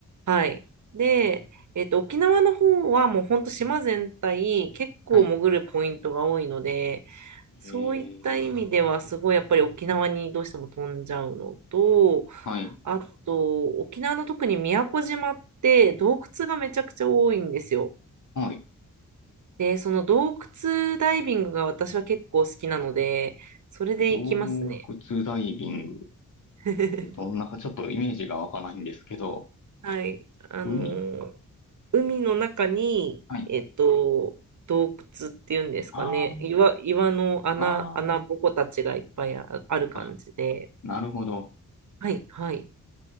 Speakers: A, on the right; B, on the left.
A: はい。で、えっと、沖縄の方はもうほんと島全体結構潜るポイントが多いので、
B: はいええ
A: そういった意味では、すごいやっぱり沖縄にどうしても飛んじゃうのと、
B: はい。
A: あと、沖縄の特に宮古島って洞窟がめちゃくちゃ多いんですよ。
B: はい。
A: で、その洞窟ダイビングが私は結構好きなので、それで行きますね。
B: 洞窟ダイビング。
A: <laughs>
B: え、どんな、ちょっとイメージがわかないんですけど、
A: はい。あの、
B: 海
A: 海の中に、
B: はい。
A: えっと、洞窟っていうんですかね。
B: あ
A: 岩、岩の穴、
B: あ、
A: 穴ぼこたちがいっぱいあある感じで。
B: ああ、あ、なるほど。
A: はい、はい。